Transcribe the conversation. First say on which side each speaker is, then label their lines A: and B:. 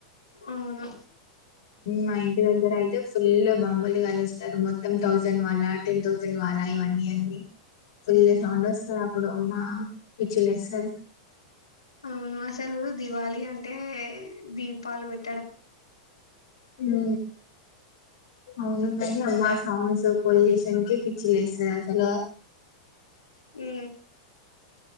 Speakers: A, on the left (about 80°); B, on the left (about 60°).
A: అవును
B: మా ఇంటి దగ్గర అయితే ఫుల్ బాంబుల్ని కలుస్ స్తార్ మొత్తం థౌజండ్ వాల టెన్ థౌసండ్ వాల ఇవన్నీ అండి ఫుల్ సౌండ్ వస్తాది అప్పుడు అమ్మ పిచ్చి లేస్తాది
A: అవును అసలు దివాళి అంటే దీపాలు పెట్
B: హు అవును మరి అమ్మా సౌండ్స్ పొల్యూషన్ కి పిచ్చి లేస్తాది అసలు ఆ
A: హు